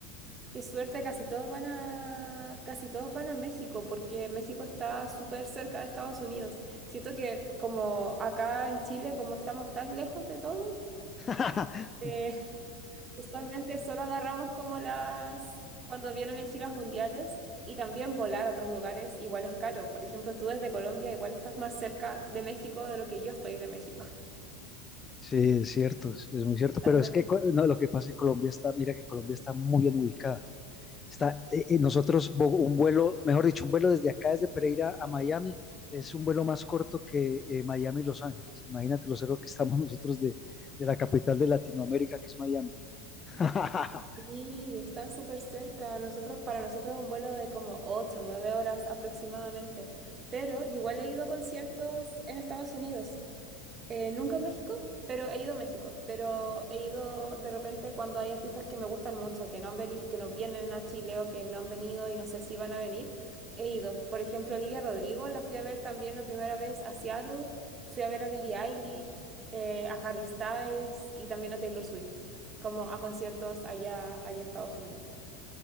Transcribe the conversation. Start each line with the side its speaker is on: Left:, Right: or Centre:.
Right: Qué suerte, casi todos van a, casi todos van a México, porque México está súper cerca de Estados Unidos. Siento que como acá en Chile, como estamos tan lejos de todo,
Left: <laughs>
Right: eh, <laughs> usualmente solo agarramos como las, cuando vienen en giras mundiales y también volar a otros lugares igual es caro. Por ejemplo, tú desde Colombia igual estás más cerca de México de lo que yo estoy de México.
Left: Sí, es cierto, es, es muy cierto, pero
Right: <laughs>
Left: es que co- no, lo que pasa es que Colombia está, mira que Colombia está muy bien ubicada. Está, eh, eh, nosotros, bo- un vuelo, mejor dicho, un vuelo desde acá, desde Pereira a Miami, es un vuelo más corto que eh, Miami-Los Ángeles. Imagínate lo cerca que estamos <laughs> nosotros de, de la capital de Latinoamérica, que es Miami. <laughs>
Right: Sí, están súper cerca. Nosotros, para nosotros es un vuelo de como 8, 9 horas aproximadamente. Pero igual he ido a conciertos en Estados Unidos eh, nunca a México, pero he ido a México. Pero he ido de repente cuando hay artistas que me gustan mucho, que no han venido, que no vienen a Chile o que no han venido y no sé si van a venir, he ido. Por ejemplo, Olivia Rodrigo la fui a ver también la primera vez a Seattle. Fui a ver a Billie Eilish, eh, a Harry Styles y también a Taylor Swift, como a conciertos allá, allá a Estados Unidos.